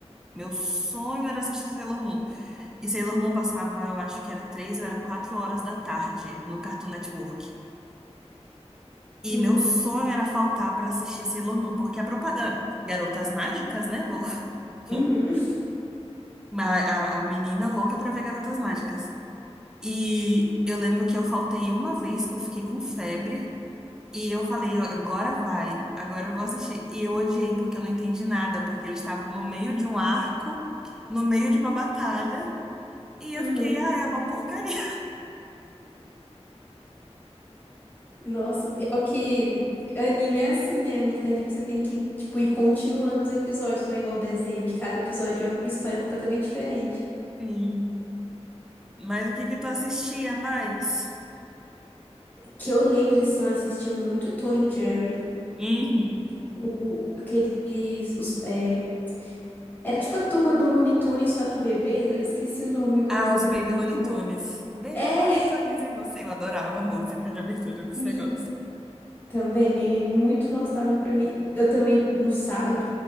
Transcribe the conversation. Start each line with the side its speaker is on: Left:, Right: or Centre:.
Centre: Meu sonho era assistir Sailor Moon. E Sailor Moon passava, eu acho que era três ou era quatro horas da tarde no Cartoon Network. E
Left: Uhum,
Centre: meu sonho era faltar para assistir Sailor Moon, porque a propaganda, Garotas Mágicas, né? Vou, <laughs> vou-
Left: uhum,
Centre: a, a a menina louca pra ver Garotas Mágicas. E eu lembro que eu faltei uma vez que eu fiquei com febre. E eu falei, agora vai, agora eu vou assistir. E eu odiei, porque eu não entendi nada, porque eles estavam no meio de um arco, no meio de uma batalha. E eu
Left: uhum.
Centre: fiquei, ah, é uma porcaria.
Left: Nossa, pior que anime é assim, né? Ami- Anime você tem que, tipo, ir continuando os episódios, não é igual desenho, que cada episódio é uma história completamente diferente.
Centre: <laughs> Sim. Mas o que que tu assistia mais?
Left: Que eu lembro, assim, eu assistia muito Tom e Jerry,
Centre: Uhum.
Left: o, aqueles, os, é, era tipo a turma do Looney Tunes, só que bebês, eu esqueci o nome agora,
Centre: Ah,
Left: mas
Centre: os
Left: era
Centre: Baby
Left: muito
Centre: Looney
Left: bom.
Centre: Tunes. Baby
Left: É,
Centre: Looney Tunes e você. Eu adorava a música de abertura desse
Left: e
Centre: negócio.
Left: também, é muito nostálgico pra mim. Eu também, no sábado,